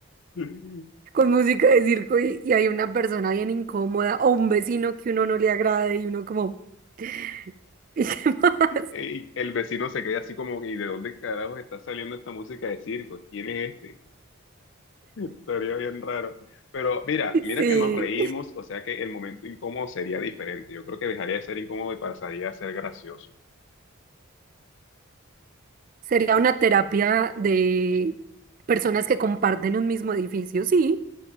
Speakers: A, on the left (about 60°); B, on the right (about 40°).
A: <laughs>
B: con música de circo y, y hay una persona bien incómoda o un vecino que uno no le agrade y uno como... <laughs>
A: Y el vecino se queda así como que, ¿y de dónde carajos está saliendo esta música de circo? ¿Quién es este? Estaría bien raro. Pero mira, mira
B: Sí,
A: que nos reímos, o sea que el momento incómodo sería diferente. Yo creo que dejaría de ser incómodo y pasaría a ser gracioso.
B: Sería una terapia de personas que comparten un mismo edificio, sí.